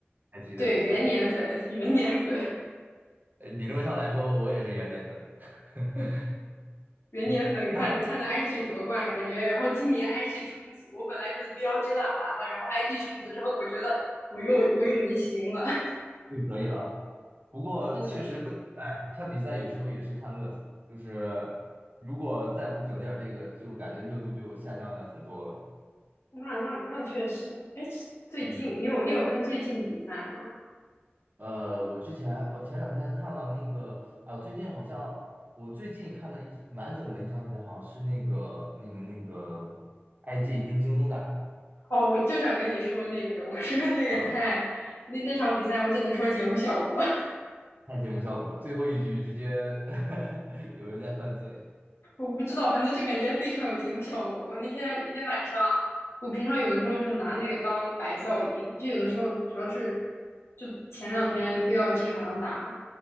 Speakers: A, on the right (about 45°); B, on the left (about 75°).
A: 还记得比赛？
B: 对元年粉元年粉，
A: 呃理论上来说，我也是元年粉 <laughs>，
B: 元年粉看看着
A: 那
B: IG 夺冠，感觉然后今年 IG 重组，我本来觉得 BLG 烂完了，然后 IG 重组之后，我觉得我又我又能行了。<laughs>
A: 就可以了。不过确实乐，
B: 是的，
A: 哎，看比赛有时候也是看乐子，就是如果再不整点儿这个，就感觉热度就下降的很多了。
B: 那那那确实。哎，最近你有你有看最近的比赛吗？
A: 嗯，呃，我之前我前两天还看了那个啊，最近好像我最近看的一完整的一场比赛，好像是那个那个那个 IG 跟京东打的
B: 哦，我就想跟你说那个，我说那个太那那场比赛，
A: 啊，
B: 我只能说节目效果。
A: 太节目效果了，最后一局直接 <laughs> 有人在犯罪。
B: 我不知道，反正就感觉非常有节目效果。我那天那天晚上，我平常有的时候就拿那个当白噪音，就有的时候主要是，就前两天 BLG 好像打，